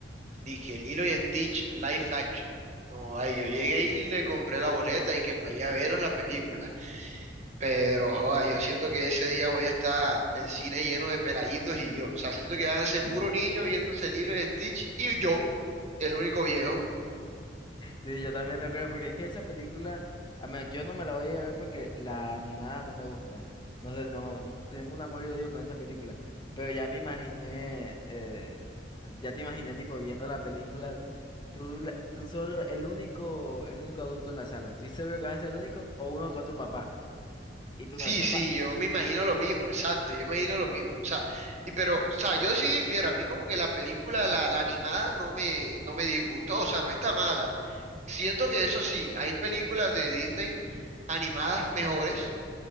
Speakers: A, on the right; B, on the left.
A: Dije Lilo y Stitch Live Action. Joda, y yo llegué y le compré la boleta y que para ir a vernos la película. Pero, joda, yo siento que ese día voy a estar el cine lleno de peladitos y yo. O sea, siento que van a ser puro niño viéndose Lilo y Stitch y yo, el único viejo.
B: Sí, yo también lo creo, porque es que esa película, a mí- yo no me la voy a ir a ver porque la animada no me gusta. No sé, no, tengo un amor y odio con esa película. Pero ya me imaginé, eh, ya te imaginé tipo viendo la película, tú, la- tú solo, el único, el único adulto en la sala. ¿Estoy seguro que vas a ser el único o uno con tu papá? Y tú
A: Sí,
B: no ves papá.
A: sí, yo me imagino lo mismo, exacto, yo me imagino lo mismo, o sea, y pero, o sea, yo sí difiero, a mí como que la película, la, la animada, no me, no me disgustó, o sea, no está mala. Siento que eso sí, hay películas de Disney animadas mejores,